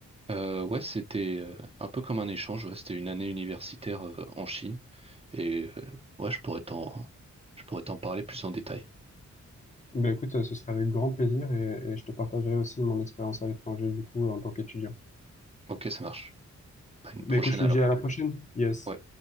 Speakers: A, on the right; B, on the left.
A: Euh, ouais, c'était euh, un peu comme un échange. ouais, C'était une année universitaire euh, en Chine. Et euh, ouais, je pourrais t'en, je pourrais t'en parler plus en détail.
B: Ben écoute, euh, ce serait avec grand plaisir et, et je te partagerai aussi mon expérience à l'étranger du coup en tant qu'étudiant.
A: Ok, ça marche. À une
B: Ben
A: prochaine
B: écoute, je
A: alors.
B: te dis à la prochaine. Yes.
A: Ouais.